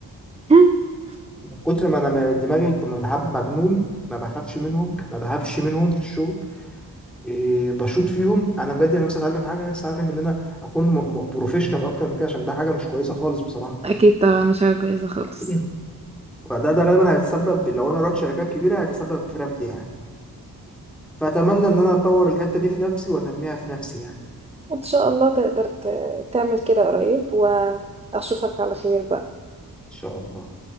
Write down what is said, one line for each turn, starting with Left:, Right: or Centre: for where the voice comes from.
Right: <laughs>
Centre: من كتر ما انا م- دماغي طب متعب مجنون ما بخافش منهم ما بهابش منهم في الشغل إيه بشوط فيهم انا بجد انا نفسي اتعلم حاجه نفسي اتعلم ان انا اكون م- م- بروفيشنال اكتر من كده عشان ده حاجه مش كويسه خالص بصراحه
Right: أكيد طبعا مش حاجة كويسة خالص
Centre: <clears throat> فده ده غالبا هيتسبب لو انا رحت شركات كبيره هيتسبب في رفض يعني فاتمنى ان انا اطور الحته دي في نفسي وانميها في نفسي يعني
Right: ان شاء الله تقدر ت- تعمل كده قريب واشوفك على خير بقى
Centre: ان شاء الله